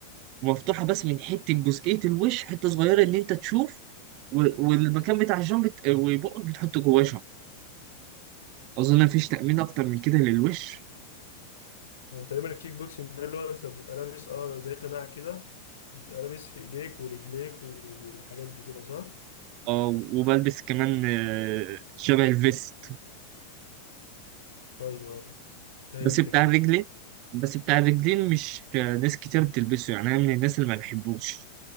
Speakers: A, on the right; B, on the left.
A: ومفتوحه بس من حته جزئيه الوش حته صغيره ان انت تشوف و... والمكان بتاع الجنب بت... وبقك بتحطه جواه شنطه اظن مفيش تامين اكتر من كده للوش
B: هو تقريبا الكيك بوكسنج ده اللي هو انت بتبقى لابس اه زي قناع كده بتبقى لابس في ايديك ورجليك والحاجات دي كده صح؟
A: اه وبلبس كمان آه، شبه الفيست
B: ايوه فهمت
A: بس بتاع
B: كده
A: الرجلين بس بتاع الرجلين مش آه، ناس كتير بتلبسه يعني انا من الناس اللي ما بحبوش